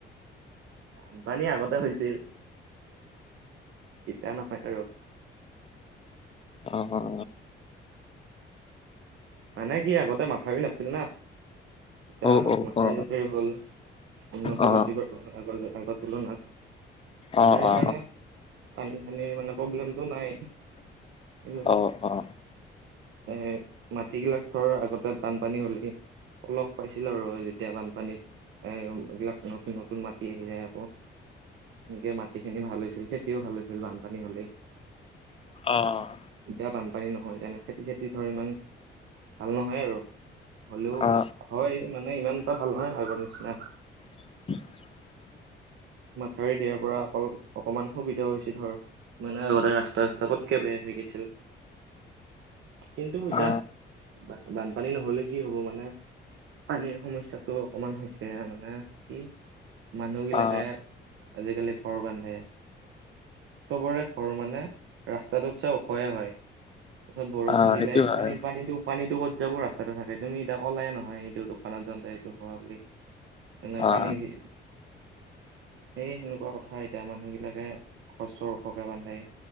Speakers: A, on the right; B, on the left.
A: বানপানী আগতে হৈছিল। এতিয়া নহয় আৰু
B: অঁ হ হ।
A: মানে কি আগতে মাথাউৰি নাছিল না। এতিয়া
B: অ অ
A: মাথাউৰি
B: অ
A: ঝাথাউৰি হ'ল। উন্নত
B: অ অ অ
A: হৈছি বাৰু আগৰ আগৰ তুলনাত।
B: অ অ অ
A: এতিয়া সেইকাৰণে,
B: অ
A: পানী চানি মানে প্ৰব্লেমতটো নাই। কিন্তু
B: অ অ।
A: এ মাটিবিলাক ধৰ আগতে বানপানী হ'লেই অলপ পাইছিলো আৰু যেতিয়া বানপানীত। এ এইবিলাক নতুন নতুন মাটি আহি যায় আকৌ। এনেকে মাটি খিনি ভাল হৈছিল, খেতিও ভাল হৈছিল, বানপানী হলেই।
B: অঁ।
A: এতিয়া বানপানী নহয় যোনে, খেতি-চেতি ধৰ ইমান ভাল নহয় আৰু হ'লেও
B: অ
A: হয় মানে ইমান এটা ভাল নহয় আগৰ নিচিনা।
B: <unintelligible>
A: মাথাউৰি দিয়াৰ পৰা অকল অকমান সুবিধাও হৈছে ধৰ, মানে আগতে ৰাস্তা চাস্তা পতকে বেয়া হৈ গৈছিল। কিন্তু এতিয়া
B: অ
A: বানপানী নহলে কি হব মানে পানীৰ সমস্যাটো অকমান হৈছে মানে, কি মানুহ বিলাকে
B: অ
A: আজিকালি ঘৰ বান্ধে, চবৰে খৰ মানে ৰাস্তাটোত চাই ওখয়ে হয়। তাৰপিছত বৰষুণ
B: অ
A: দিলে,
B: সেইটো
A: পানীৰ
B: হয়
A: পানী দো পানীটো কত যাব ৰাস্তাতে থাকে, তুমি এতিয়া ক'লাই নহয়। এইটো দোকানত যা এইটো হোৱা বুলি। মানে
B: অ
A: পানী ভিৰ সেই সেনেকুৱা কথা এতিয়া মানুহবিলাকে ঘৰ চৰ ওখকে বান্ধে,